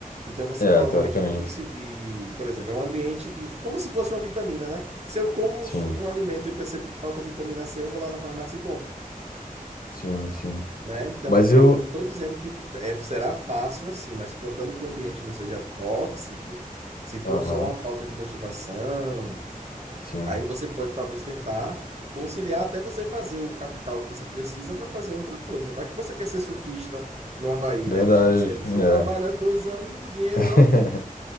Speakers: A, on the right; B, on the left.
A: Então você
B: É,
A: provavelmente
B: teoricamente.
A: vai conseguir, por exemplo, é um ambiente que, como se fosse uma vitamina, né? Se eu como
B: Sim,
A: um um alimento e eu percebo que falta vitamina C, eu vou lá na farmácia e compro.
B: sim, sim.
A: Né? Então,
B: Mas
A: eu, eu
B: eu.
A: eu não estou dizendo que é- será fácil assim, mas contando que o ambiente não seja tóxico, se for
B: Aham,
A: só uma falta de motivação,
B: sim.
A: aí você pode talvez tentar conciliar até você fazer o capital que você precisa para fazer outra coisa. Vai que você quer ser surfista no Havaí,
B: Verdade.
A: né? Tipo assim, você
B: É.
A: trabalha dois anos junto o dinheiro,
B: <laughs>
A: e, ó,